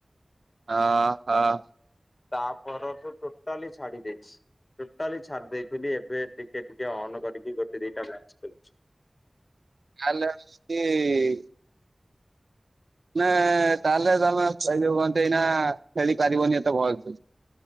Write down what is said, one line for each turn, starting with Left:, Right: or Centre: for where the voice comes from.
Right: ଆ-ଆ-ଆ ହାଁ।
Left: ତା ପରଠୁ ଟୋଟାଲି ଛାଡି ଦେଇଛି। ଟୋଟାଲି ଛାଡି ଦେଇଥିଲି ଏବେ ଟିକେ ଟିକେ ଅନ୍ କରିକି ଗୋଟେ ଦିଟା ମ୍ୟାଚ୍ ଖେଳୁଛି।
Right: ଆଲୋ ସ୍କି-ଇ-ଇ-ଇ ନା-ଆ-ଆ-ଆ ତାହେଲେ ତମେ ଏଇ ଯୋଉ କଣ ତ ଏଇନା-ଆ-ଆ-ଆ ଖେଳି ପାରିବନି ଏତେ ଭଲସେ।